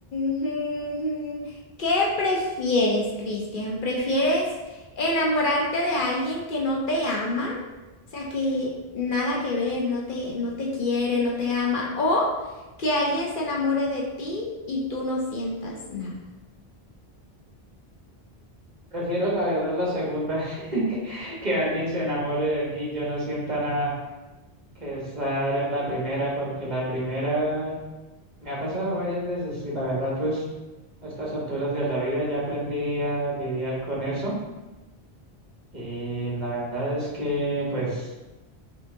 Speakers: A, on the left; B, on the right.
A: <laughs> ¿qué prefieres, Cristian? ¿Prefieres enamorarte de alguien que no te ama? O sea, que nada que ver, no te, no te quiere, no te ama, o que alguien se enamore de ti y tú no sientas nada.
B: Prefiero la verdad la segunda, <laughs> que alguien se enamore de mí, y yo no sienta nada que estar en la primera, porque la primera Me ha pasado varias veces y la verdad, pues a estas alturas de la vida ya aprendí a lidiar con eso y la verdad es que, pues,